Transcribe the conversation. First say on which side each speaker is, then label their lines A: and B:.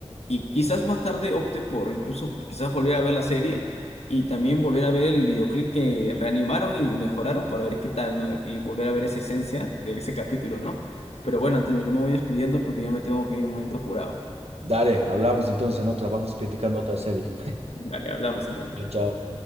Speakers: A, on the left (about 75°); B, on the right (about 70°).
A: y quizás más tarde opte por incluso quizás volver a ver la serie y también volver a ver el videoclip que reanimaron y mejoraron para ver qué tal, ¿no? Y volver a ver esa esencia de ese capítulo, ¿no? Pero bueno, Antonio, yo me voy despidiendo porque ya me tengo que ir un momento apurado.
B: Dale, hablamos entonces en otra. Vamos criticando otra serie.
A: Dale, hablamos, Antonio.
B: Chao.